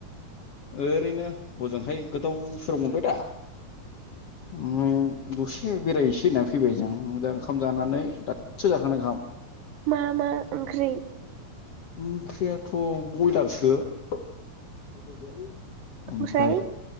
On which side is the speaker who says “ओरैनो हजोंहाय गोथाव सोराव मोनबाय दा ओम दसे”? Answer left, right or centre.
Left